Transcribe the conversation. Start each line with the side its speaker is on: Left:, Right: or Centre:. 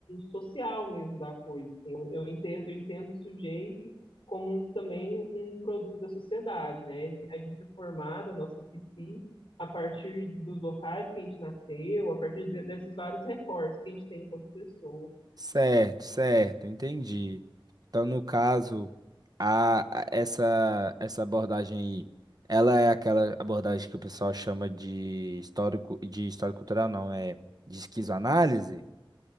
Left: social mesmo da coisa, assim. Eu, eu entendo, eu entendo o sujeito como um- também um produto da sociedade, né? A gente é formada, a nossa psi, a partir dos locais que a gente nasceu, a partir de- desses vários recortes que a gente tem enquanto pessoa.
Right: Certo, certo, entendi. Então, no caso, a, a- essa essa abordagem aí, ela é aquela abordagem que o pessoal chama de histórico de histórico cultural, não é de esquizoanálise?